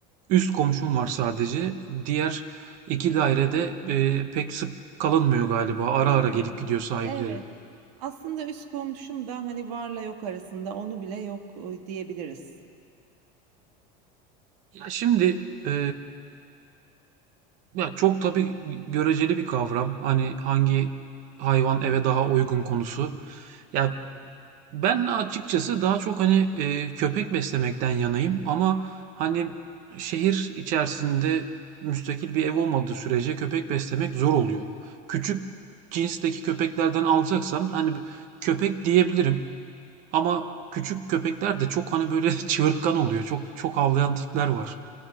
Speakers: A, on the right; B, on the right.
A: üst komşum var sadece. Diğer iki dairede e, pek sık kalınmıyor galiba. Ara
B: Yani
A: ara gelip gidiyor sahipleri.
B: evet. Aslında üst komşum da hani varla yok arasında onu bile yok e, diyebiliriz.
A: Ya şimdi e, Ya çok tabii göreceli bir kavram. Hani hangi hayvan eve daha uygun konusu. Ya ben açıkçası daha çok hani e, köpek beslemekten yanayım ama hani şehir içerisinde müstakil bir ev olmadığı sürece köpek beslemek zor oluyor. Küçük cinsteki köpeklerden alacaksan hani köpek diyebilirim ama küçük köpekler de çok hani böyle <laughs> çığırtkan oluyor. Çok çok havlayan tipler var,